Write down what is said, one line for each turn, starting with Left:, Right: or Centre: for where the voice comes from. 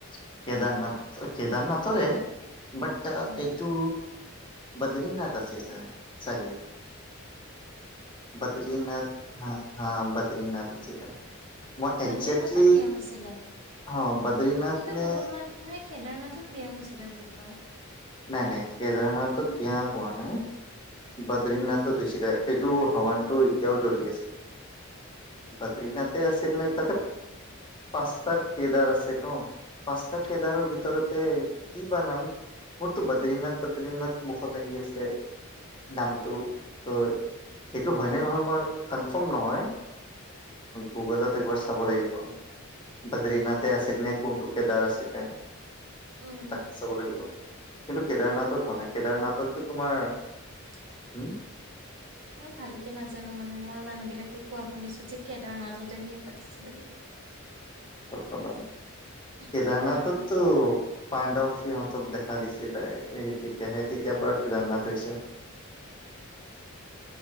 Left: কেদাৰনাথ, কেদাৰনাথৰে বাট
Right: উম,
Left: এইটো বদিৰীনাথ আছেল, চাগে বদ্ৰীনাথ, হা বাত নাথ আছিলে। মই একজেক্টলি,
Right: বদ্ৰীনাথত বিয়া হৈছিলে
Left: অঁ বদ্ৰীনাথ
Right: কিন্তু
Left: নে
Right: বহুত মানুহে কেদাৰনাথক বিয়া হৈছিলে বুলি কোৱা
Left: নাই নাই, কেদাৰনাথত বিয়া হোৱা নাই, বদ্ৰীনাথত হৈছিলে, এইটো হাৱানটো এতিয়াও জ্বলি আছে, বদ্ৰিনাথে আছিল নাই, তাতে পাঁচটা কেদাৰ আছে তো, পাঁচটা কেদাৰৰ ভিতৰতে কি বা নাম মোৰতো বদ্ৰীনাথ বদ্ৰীনাথ মুখত আহি আছে, নামটো, ত' এইটো হয়নে নহয় মই কনফাৰ্ম নহয়, গুগলত একবাৰ চাব লাগিব, বদ্ৰীনাথে আছিল নে কোনটো কেদাৰ আছিলে
Right: উম।
Left: তাক চাব লাগিব। কিন্তু কেদাৰনাথত হোৱা নাই
Right: ভ নো <unintelligible>
Left: কেদাৰনাথতো তোমাৰ হম
Right: মই ভালকে নাজানো মানে মই মানুহ বিলাকে কোৱা শুনিছো যে কেদাৰনাথতে বিয়া পাতিছিলে বুলি।
Left: হব <unintelligible> কেদাৰনাথততো
Right: সেইকাৰণে
Left: পাণ্ডৱ সিহঁতক দেখা দিছিলে তেতিয়াহে তেতিয়াৰ পৰা কেদাৰনাথ হৈছে।